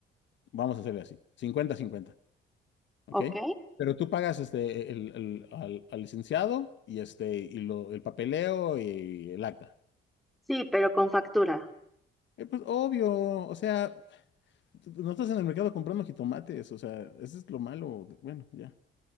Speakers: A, on the left; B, in the centre.
A: vamos a hacerle así. cincuenta-cincuenta. ¿ok?
B: ¿Ok?
A: Pero tú pagas este, el, el- al, al licenciado y, este, y lo, el papeleo y el acta.
B: Sí, pero con factura.
A: Eh, pues obvio, o sea, no estás en el mercado comprando jitomates, o sea, eso es lo malo. Bueno, ya.